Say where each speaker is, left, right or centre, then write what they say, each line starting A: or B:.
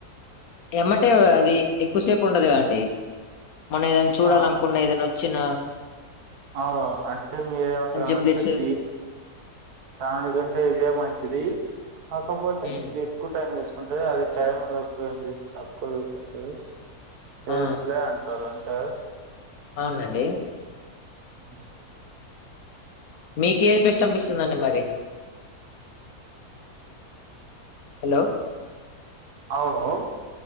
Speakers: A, on the left; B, on the right.
A: ఎమ్మటే అది ఎక్కువసేపు ఉండదు కదండి మనం ఏదన్నా చూడాలనుకున్న
B: ఆ
A: ఏదొన్నా వొచ్చిన
B: అవ్ అంటే మీరేమంటున్నారు
A: మంచి
B: అంటే
A: బ్లెస్
B: ది దానికంటే ఇదే మంచిది కాకపోతే
A: హ్మ్.
B: ఇదే తక్కువ టైం తీసుకుంటాది అది టైం ఎక్కువ ఏం తక్కువ తీసుకుంటది చేయచ్చులె
A: ఆ!
B: అంటారు అంటారు
A: అవునండి
B: <inaudible>
A: మీకేది బెస్ట్ అనిపిస్తుంది అండి మరి హలో
B: అవును